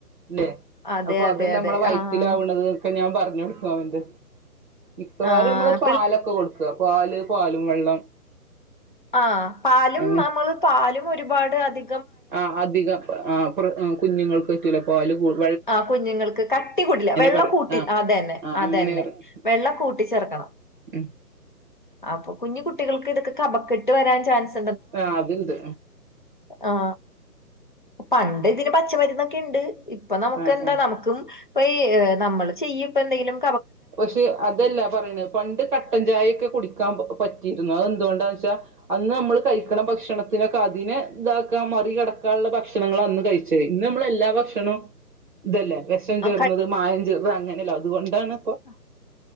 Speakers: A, on the right; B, on the left.
A: ഇല്ലേ
B: അതെ
A: അപ്പൊ
B: അതെ
A: അതല്ല
B: അതെ
A: നമ്മള വൈ
B: ആഹ്
A: ത്തിലാവുന്നതൊക്കെ ഞാൻ പറഞ്ഞു പറഞ്ഞുകൊടുക്കും അവന്റെ അടുത്ത് മിക്കവാറുംനമ്മള്
B: ആഹ്
A: പാലൊക്കെ കൊടുക്കുക പാല് പാലും വെള്ളം
B: ആ പാലും
A: അങ്ങനെ
B: നമ്മൾ പലും പ ഒരുപാട് അതി
A: ആ അധികം ആ കുർ കുഞ്ഞുങ്ങൾക്ക്റ്റല പാല് കൂടു
B: ആ കുഞ്ഞുങ്ങൾക്ക് കട്ടി കുടില്ല വെള്ളം
A: പറയും
B: കൂട്ടി
A: ആ
B: അതന്നെ
A: ആ
B: അതന്നെ
A: അങ്ങനെ പറയും
B: വെള്ളം കൂട്ടിച്ചേർക്കണം
A: ഉം
B: അപ്പൊ കുഞ്ഞി കുട്ടികൾക്ക് ഇതൊക്കെ കപക്കെട്ട് വരാൻ ചാൻസ്
A: ആഹ് അതിണ്ട്
B: ആ പണ്ട് ഇതിന് പച്ചമരുന്നൊക്കെ ണ്ട് അപ്പൊ നമുക്ക്
A: ആ
B: എന്താ
A: ആ
B: നമുക്കും ഇപ്പ ഇ നമ്മള് ചെയ്യ പ്പ എന്തെലും
A: പക്ഷെ അതല്ല പറയണ പണ്ട് കട്ടൻ ചായൊക്കെ കുടിക്കാൻ പറ്റിയിരുന്നു അതെന്തുകൊണ്ടാന്ന് ച്ചാ അന്ന് നമ്മൾ കഴിക്കണ ഭക്ഷണത്തിനൊക്കെ അതിനെ ഇതാക്കാ മറി കിടക്കാനുള്ള ഭക്ഷണങ്ങള അന്ന് കഴിച്ചത് ഇന്ന് നമ്മൾ എല്ലാ ഭക്ഷണവും ഇതല്ലേ വിഷം
B: ആ,
A: ചേർന്നത് മായം ചേർനത് അങ്ങനെയല്ലോ അതുകൊണ്ടാണ്
B: ആ